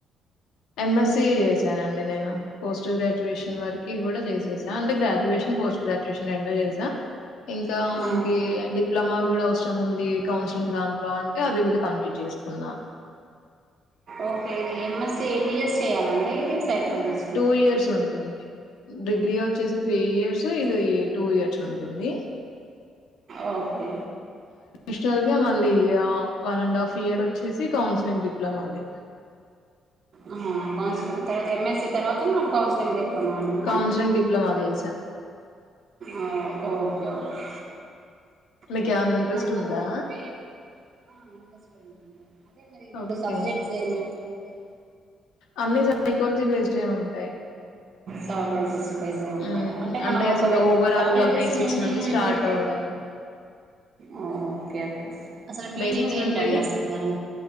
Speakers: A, on the left; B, on the right.
A: ఎంఎస్సి చేసానండి నేను పోస్ట్ గ్రాడ్యుయేషన్ వరకి గూడా చేసేసా అంటే గ్రాడ్యుయేషన్ పోస్ట్ గ్రాడ్యుయేషన్ రెండు చేసా ఇంకా మనకి
B: ఆ
A: డిప్లమా గుడ అవసరం ఉంది కౌన్సిలింగ్ దాంట్లో అంటే అది గూడా కంప్లీట్ చేసుకున్నా
B: ఓకే ఇది ఎంఎస్సి ఎన్ని ఇయర్స్ చేయాలండి ఇది సైకలాజిస్ట్కి
A: టూ ఇయర్స్ ఉంటుంది డిగ్రీ వచ్చేసి త్రీ ఇయర్స్ ఇది టూ ఇయర్స్ ఉంటుంది
B: ఓకే
A: ష్టల్గా మళ్ళీ వ వన్ అండ్ హాఫ్ ఇయర్ ఒచ్చేసి కౌన్సిలింగ్ డిప్లొమాది
B: అహ కౌన్సిలిన్ తర్వత ఎంఎస్సి తర్వాత మనం కౌన్సిలింగ్ డిప్లొమా అంటన్న
A: కౌన్సిలింగ్ డిప్లొమా చేసా
B: అహ్ ఓకే ఓకే
A: మీకు
B: మరి
A: ఏమన్న
B: ఇందులో
A: ఇంట్రెస్ట్
B: ఏమన్నా
A: ఉందా
B: వేరే ఆ ఇంట్రెస్ట్ ఉందండి అదే మరి ఇప్పుడు
A: ఓకే
B: సబ్జెక్ట్స్ ఏమి ఎట్లుంటయ్
A: అన్ని సైకోలజీ బెస్డే ఉన్
B: సైకొలజి
A: ఉమ్,
B: అంటే మనం ఒకటి
A: అసలు ఓవరాల్
B: సైకోలోజిస్
A: గా బేసిక్స్
B: మీనింగ్
A: నుండి
B: ఎంటంటే
A: స్టార్ట్ అవ్వడం
B: ఓ ఓకే ఓకే అసలు మీనింగ్
A: బేసిక్స్
B: ఏంటండి
A: నుండి
B: అసల్ దాని